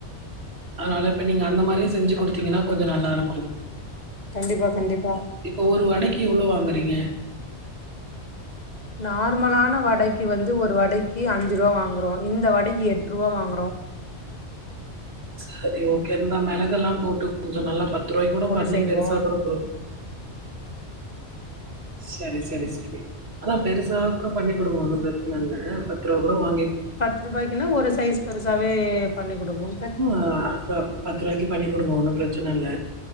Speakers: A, on the right (about 60°); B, on the left (about 40°).
A: அதனால இப்ப நீங்க அந்த மாரியே செஞ்சு கொடுத்தீங்கன்னா கொஞ்சோ நல்லாருக்கு
B: கண்டிப்பா கண்டிப்பா
A: இப்போ ஒரு வடைக்கு எவ்ளோ வாங்குறீங்க
B: நார்மலான வடைக்கு வந்து ஒரு வடைக்கு அஞ்சு ரூவா வாங்குறோ இந்த வடைக்கு எட்ரூவா வாங்குறோ
A: சரி ஓகேந்தா மெளகெல்லாம் போட்டு கொஞ்சோ நல்லா பத்து ரூவாய் கூட
B: போட்டு
A: பண்ணி
B: செய்வோ
A: பெருசாகூட குடுங் சரி சரி சரி அதா பெருசா கூட பண்ணி கொடுங்க ஒன்னும் பிரச்சன இல்ல பத்து ரூபா கூட வாங்கி
B: பத்து ரூபாய்க்குனா ஒரு சைஸ் பெருசாவே பண்ணி கொடுக்குறோ
A: உ அ பத்து ரூவாய்க்கு பண்ணி கொடுங்க ஒன்னும் பிரச்சன இல்ல